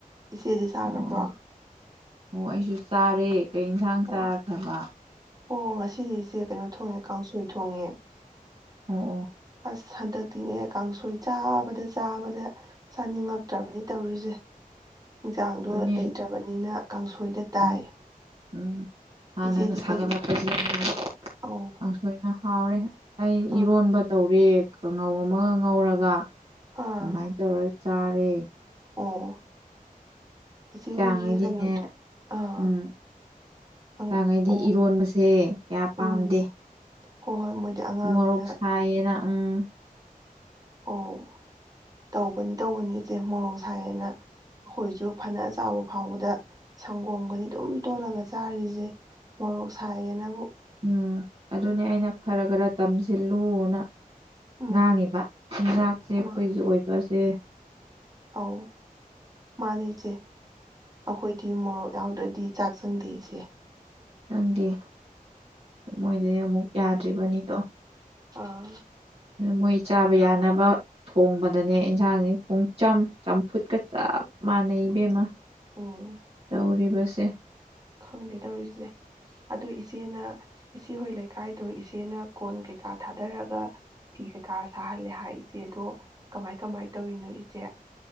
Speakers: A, on the right (about 25°); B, on the right (about 40°).
A: ꯏꯆꯦꯗꯤ ꯆꯥꯈꯔꯕ꯭ꯔꯣ
B: ꯑꯣ ꯑꯣ ꯑꯩꯁꯨ ꯆꯥꯔꯦ ꯀꯩ ꯌꯦꯟꯁꯥꯡ
A: ꯑꯣ
B: ꯆꯥꯈ꯭ꯔꯕ
A: ꯑꯣ ꯉꯁꯤꯗꯤ ꯏꯆꯦ ꯀꯩꯅꯣ ꯊꯣꯡꯉꯦ ꯀꯥꯡꯁꯣꯏ ꯊꯣꯡꯉꯦ
B: ꯎꯝ
A: ꯑꯁ ꯍꯟꯗꯛꯇꯤꯅꯦ ꯀꯥꯡꯁꯣꯏ ꯆꯥꯕꯗ ꯆꯥꯕꯗ ꯆꯥꯅꯤꯡꯉꯛꯇ꯭ꯔꯕꯅꯤ ꯇꯧꯔꯤꯁꯦ ꯌꯦꯟꯁꯥꯡꯗꯣ
B: ꯑꯗꯨꯅꯦ
A: ꯂꯩꯇ꯭ꯔꯕꯅꯤꯅ ꯀꯥꯡꯁꯣꯏꯗ ꯇꯥꯏ
B: ꯎꯝ ꯎꯝ ꯁꯥ
A: ꯏꯆꯦꯗꯤ
B: ꯅꯒ ꯁꯥꯒꯠꯂꯛꯄꯁꯅꯦ
A: ꯀꯩ ꯑꯧ
B: ꯀꯥꯡꯁꯣꯏꯅ ꯍꯥꯎꯔꯦ ꯑꯩ
A: ꯑꯥ
B: ꯏꯔꯣꯟꯕ ꯇꯧꯔꯦ ꯀꯪꯉꯧ ꯑꯃꯒ ꯉꯧꯔꯒ
A: ꯑꯥ
B: ꯑꯗꯨꯃꯥꯏ ꯇꯧꯔ ꯆꯔꯦ
A: ꯑꯣ ꯏꯆꯦ
B: ꯆ
A: ꯍꯣꯏꯒꯤ
B: ꯆꯥꯡꯉꯩꯗꯤꯅꯦ
A: ꯀꯩꯅꯣꯗꯤ ꯑꯥ
B: ꯎꯝ
A: ꯑꯪ
B: ꯆ ꯆꯥꯡꯈꯩꯗꯤ
A: ꯑꯣ
B: ꯏꯔꯣꯟꯕꯁꯦ ꯀꯌꯥ ꯄꯥꯝꯗꯦ
A: ꯎꯝ ꯍꯣꯏ ꯍꯣꯏ ꯃꯣꯏꯗꯤ ꯑꯉꯥꯡꯅꯤꯅ
B: ꯃꯣꯔꯣꯛ ꯁꯥꯏꯌꯦꯅ ꯎꯝ
A: ꯑꯣ ꯇꯧꯕꯅꯤ ꯇꯧꯕꯅꯤ ꯏꯆꯦ ꯃꯣꯔꯣꯛ ꯁꯥꯏꯌꯦꯦꯅ ꯑꯩꯈꯣꯏꯁꯨ ꯐꯅ ꯆꯥꯎꯕ ꯐꯥꯎꯕꯗ ꯁꯪꯒꯣꯝꯒꯅꯤ ꯑꯗꯨꯝ ꯇꯣꯜꯂꯒ ꯆꯥꯔꯤꯁꯦ ꯃꯣꯔꯣꯛ ꯁꯥꯏꯌꯦꯦꯅꯕꯨ
B: ꯎꯝ ꯑꯗꯨꯅꯦ ꯑꯩꯅ ꯈꯔ ꯈꯔ ꯇꯝꯁꯤꯜꯂꯨꯅ
A: ꯎꯝ
B: ꯉꯥꯡꯉꯤꯕ ꯆꯤꯟꯖꯥꯛꯁꯦ ꯑꯩꯈꯣꯏꯒꯤ
A: ꯃꯥ
B: ꯑꯣꯏꯕ ꯑꯦ
A: ꯑꯧ ꯃꯥꯅꯦ ꯏꯆꯦ ꯑꯩꯈꯣꯏꯗꯤ ꯃꯣꯔꯣꯛ ꯌꯥꯎꯗ꯭ꯔꯗꯤ ꯆꯥꯛ ꯆꯪꯗꯦ ꯏꯆꯦ
B: <inaudible>
A: ꯑ
B: ꯃꯣꯏ ꯆꯥꯕ ꯌꯥꯅꯕ ꯊꯣꯡꯕꯗꯅꯦ ꯏꯟꯁꯥꯡꯁ ꯄꯨꯡ ꯆꯝ ꯆꯝꯐꯨꯠꯀ ꯆꯞ ꯃꯥꯟꯅꯩ ꯏꯕꯦꯝꯃ
A: ꯎꯝ
B: ꯍꯨꯔꯤꯕꯁꯦ
A: ꯈꯪꯗꯦ ꯇꯧꯔꯤꯁꯦ ꯑꯗꯨ ꯏꯆꯦꯅ ꯏꯆꯦꯍꯣꯏ ꯂꯩꯀꯥꯏꯗꯣ ꯏꯆꯦꯅ ꯀꯣꯟ ꯀꯩꯀꯥ ꯊꯥꯗꯔꯒ ꯐꯤ ꯀꯩꯀꯥ ꯁꯥꯍꯜꯂꯦ ꯍꯥꯏ ꯏꯆꯦꯗꯣ ꯀꯃꯥꯏ ꯀꯃꯥꯏ ꯇꯧꯔꯤꯅꯣ ꯏꯆꯦ